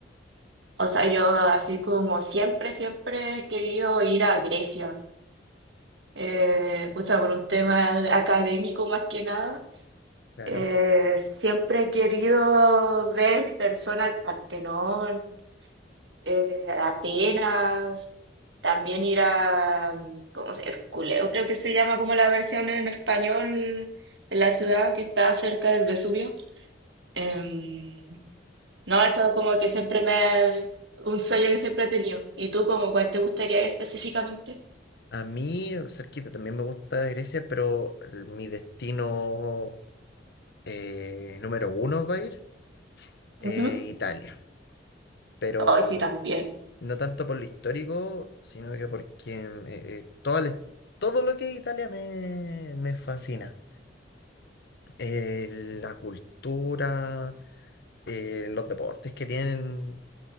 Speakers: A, on the right (about 75°); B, on the left (about 65°).
A: o sea, yo así como siempre, siempre he querido ir a Grecia, eh, pucha, por un tema académico más que nada.
B: Claro.
A: Eh, siempre he querido ver en persona el Partenón, eh, Atenas, también ir a, mm, ¿cómo se Herculeo, creo que se llama como la versión en español de la ciudad que está cerca del Vesubio. Em, No, eso es como que siempre me... Un sueño que siempre he tenido. ¿Y tú como cuál te gustaría ir específicamente?
B: A mí, cerquita, también me gusta Grecia, pero el- mi destino eh, número uno va a ir eh,
A: Ujú.
B: Italia. Pero
A: Ay, sí, también.
B: No tanto por lo histórico, sino que porque eh, eh, toda la- todo lo que es Italia me, me fascina. Eh, la cultura, eh, los deportes que tienen,